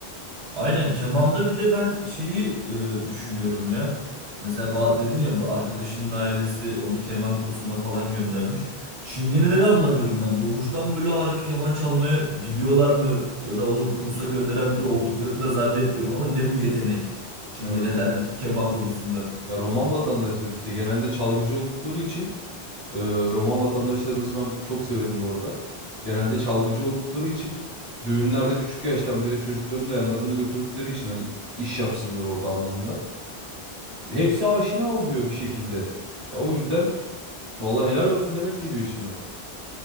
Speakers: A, on the right (about 80°); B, on the right (about 25°).
A: Aynen kemanda bir de ben şeyi e, düşünüyorum ya. Mesela ba- dedin ya bu arkadaşının ailesi onu keman kursuna falan göndermiş. Çingeneleri anlamıyorum ben. Doğuştan böyle harika keman çalmayı biliyorlar mı? Ya da onu kursa gönderen biri olduklarını da zannetmiyorum ama ne bu yetenek? Çingenelerdeki
B: Evet.
A: <laughs> keman konusunda.
B: Ya Roman vatandaşları işte genelde çalgıcı oldukları için e, Roman vatandaşlarımızı ben çok severim bu arada. Genelde çalgıcı oldukları için düğünlerde küçük yaştan beri çocuklarını da yanlarında götürdükleri için hani iş yapsınlar orada anlamında. Hepsi aşina oluyor bir şekilde. Ya o yüzden vallahi helal olsun demek geliyor içimden.